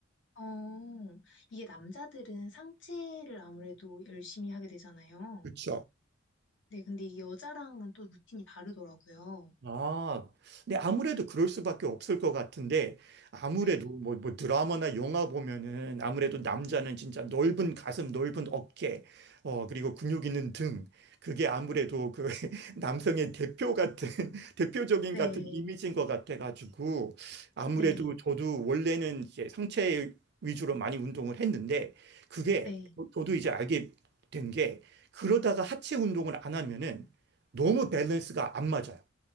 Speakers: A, on the left (about 65°); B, on the right (about 55°).
A: 어, 이게 남자들은 상체를 아무래도 열심히 하게 되잖아요.
B: 그렇죠.
A: 네, 근데 이게 여자랑은 또 루틴이 다르더라고요.
B: 아, 근데 아무래도 그럴 수밖에 없을 것 같은데, 아무래도
A: 네.
B: 뭐, 뭐 드라마나 영화 보면은 아무래도 남자는 진짜 넓은 가슴, 넓은 어깨, 어, 그리고 근육 있는 등, 그게 아무래도 그 <laughs> 남성의 대표 같은, <laughs> 대표적인
A: 네.
B: 같은 이미지인 것 같아가지고, 아무래도
A: 네.
B: 저도 원래는 이제 상체 위주로 많이 운동을 했는데, 그게
A: 네.
B: 저- 저도 이제 알게 된 게, 그러다가 하체 운동을 안 하면은 너무 밸런스가 안 맞아요.